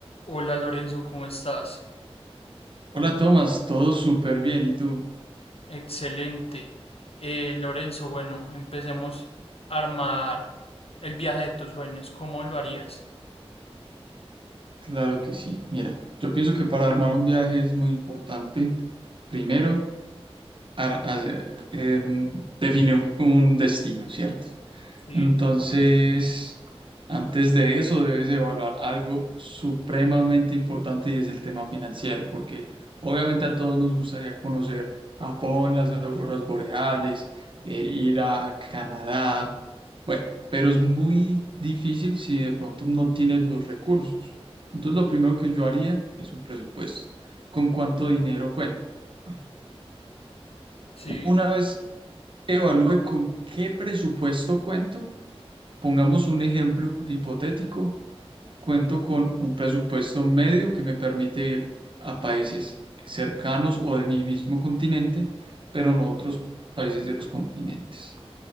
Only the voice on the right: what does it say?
Hola Tomás, todo súper bien. ¿Y tú?
Claro que sí. Mira, yo pienso que para armar un viaje es muy importante, primero, ar- hacer- eh, definir un destino, ¿cierto?
Entonces, antes de eso debes evaluar algo supremamente importante y es el tema financiero, porque obviamente a todos nos gustaría conocer Japón, las auroras boreales, eh, ir a Canadá, Bueno, pero es muy difícil si de pronto no tienes los recursos. Entonces, lo primero que yo haría es un presupuesto. ¿Con cuánto dinero cuento? Bueno,
una vez evalúe con qué presupuesto cuento, pongamos un ejemplo hipotético, cuento con un presupuesto medio que me permite ir a países cercanos o de mi mismo continente, pero no a otros países de otros continentes.